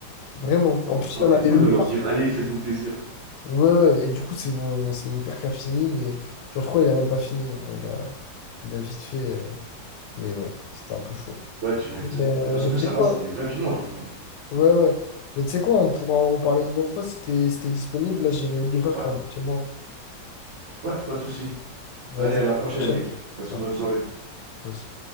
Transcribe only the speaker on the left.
Vraiment.
En plus,
il y
en avait
une
part.
Ouais, ouais. Et du coup, c'est mon, c'est mon père qui a fini, mais genre, je crois qu'il a même pas fini. Genre, il a, il a vite fait. euh, Mais ouais, c'était un peu chaud.
Mais, euh,
tu
sais
quoi?
Ouais, ouais. Mais tu sais quoi, on pourra en reparler une autre fois si t'es si t'es disponible. Là, j'ai le livreur
qui est en bas de chez moi.
Vas-y,
à la prochaine.
Ouais,
toi aussi.